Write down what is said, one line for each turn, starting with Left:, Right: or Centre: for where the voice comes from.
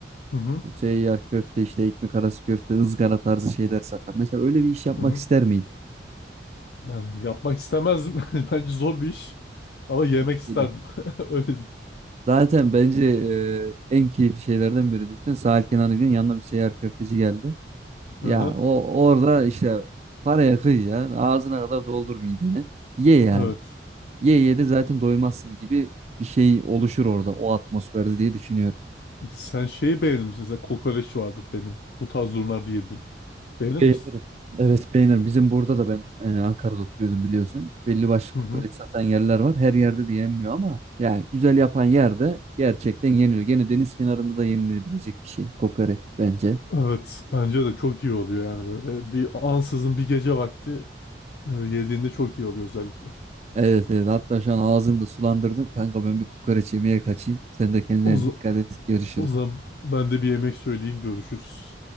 Left: hı hı,
Right: Seyyar köfte işte ekmek arası köfte ızgara tarzı şeyler satan. Mesela öyle bir iş yapmak
Left: hı hı.
Right: ister miydin?
Left: Yani yapmak istemezdim <laughs> bence zor bir iş ama yemek
Right: Bence
Left: isterdim
Right: de.
Left: <laughs> öyle diyeyim.
Right: Zaten bence e, en keyifli şeylerden biri. Düşünsene sahil kenarına gidiyorsun yanına bir seyyar köfteci geldi. Ya
Left: Hı hı.
Right: o orada işte paraya kıy ya ağzına kadar doldur mideni. Ye yani.
Left: Evet.
Right: Ye ye de zaten doymazsın gibi bir şey oluşur orada o atmosferde diye düşünüyorum.
Left: Sen şeyi beğenir misin? Mesela kokoreç vardır benim. Bu tarz durumlarda yedim. Beğenir
Right: Beğenirim.
Left: misin?
Right: Evet beğenirim. Bizim burada da ben e, Ankara'da oturuyordum biliyorsun. Belli başlı
Left: Hı
Right: kokoreç
Left: hı.
Right: satan yerler var. Her yerde de yenmiyor ama ya güzel yapan yerde gerçekten yeniliyor. Gene deniz kenarında da yenilebilecek bir şey kokoreç bence.
Left: Evet, bence de çok iyi oluyor yani böyle. Bir ansızın bir gece vakti e, yediğinde çok iyi oluyor özellikle.
Right: Evet evet hatta şu an ağzımı da sulandırdın. Kanka ben bir kokoreç yemeye kaçayım. Sen de kendine
Left: O, za-
Right: dikkat et. Görüşürüz.
Left: o zaman ben de bir yemek söyleyeyim, görüşürüz.